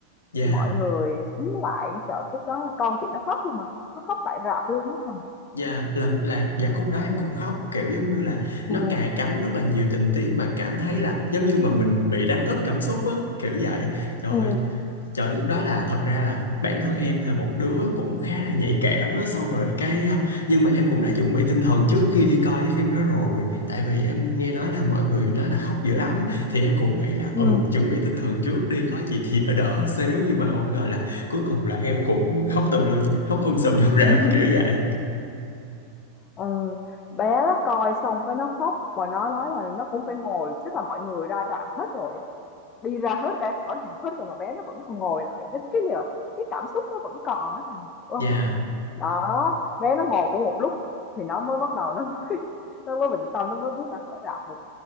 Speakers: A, on the left (about 70°); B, on the left (about 30°).
A: dạ
B: thì mọi người xúm lại chợ khúc đó con chị nó khóc luôn mà nó khóc tại rạp luôn á Thành
A: Dạ, lần là dạ khúc đó em
B: ừ,
A: cũng khóc kiểu giống như là nó
B: ừ,
A: cài cắm rất là nhiều tình tiết mà cảm thấy là giống như mà mình bị đánh úp cảm xúc á kiểu vậy trời
B: ừ,
A: ơi, trời lúc đó là thật ra là bản thân em là một đứa cũng khá là nhạy cảm á xong rồi cái à, nhưng mà em cũng đã chuẩn bị tinh thần trước khi đi coi cái phim đó rồi tại vì em nghe nói là mọi người nói là khóc dữ lắm thì em cũng nghĩ là
B: ừ.
A: ừ chuẩn bị tinh thần trước đi có gì thì đỡ đỡ xíu nhưng mà không ngờ là cuối cùng là em cũng khóc tùm lum khóc um sùm trong rạp
B: ừ.
A: kiểu vậy
B: Ừ, bé nó coi xong cái nó khóc và nó nói là nó cũng phải ngồi tức là mọi người ra rạp hết rồi á. đi ra hết ra khỏi rạp hết rồi mà bé nó vẫn còn ngồi lại cái cái là cái cảm xúc nó vẫn còn á Thành hiểu không
A: Dạ
B: đó bé nó ngồi cũng một lúc thì nó mới bắt đầu nó mới <laughs> nó mới bình tâm nó mới bước ra khỏi rạp được